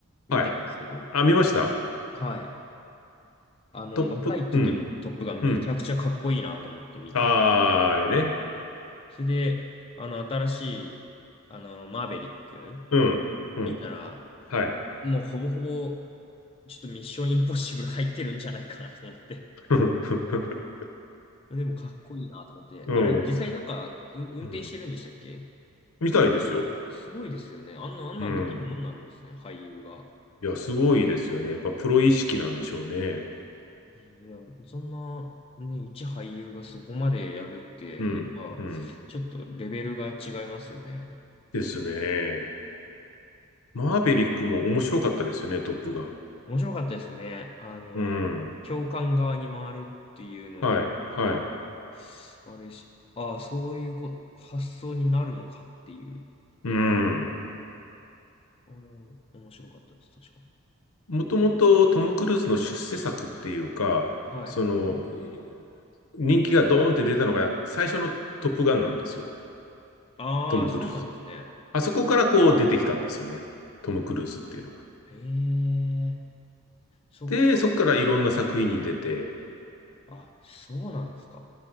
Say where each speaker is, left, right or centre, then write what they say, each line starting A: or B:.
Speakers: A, on the left; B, on the left.
A: 見たんですけど、
B: はい。あ、見ました
A: はい。あの、
B: トップ、
A: 若い時のトップガンめちゃくちゃかっこいいなと思って見て。
B: うん。うん。ああ、あれね。
A: それで、あの、新しい、あの、マーベリック
B: うん。うん。
A: 見たら、
B: はい。
A: もうほぼほぼ、ちょっとミッションインポッシブル入ってるんじゃないかなと思って。
B: <laughs>
A: でもかっこいいなと思って。
B: うん。
A: あれ、実際なんか、う運転してるんでしたっけ
B: うん。見たいですよ。
A: すごいですよね。あんな、あんなんできるもんなんですね、
B: うん。
A: 俳優が。
B: いや、すごいですよね。やっぱプロ意識なんでしょうね。
A: いや、そんな、ね、一俳優がそこまでやるって、
B: うん。
A: やっぱ、
B: うん。
A: ちょっとレベルが違いますよね。
B: ですね。マーベリックも面白かったですよね、トップガン。
A: 面白かったですね。あの、
B: うん。
A: 教官側に回るっていうのは、
B: はい。
A: なかなか、
B: はい。
A: あれし、ああ、そういうこ、発想になるのかっていう。
B: うん。
A: うんあれは面白かったです、確か。
B: もともとトム・クルーズの出世作っていうか、
A: はい。
B: その、えー人気がドーンって出たのが最初のトップガンなんですよ。
A: ああ、
B: トム・
A: そうなんですね。
B: クルーズ。あそこからこう出てきたんですよね。トム・クルーズっていうのが。
A: へえ、そっか。
B: で、そこからいろんな作品に出て、
A: あ、そうなんですか。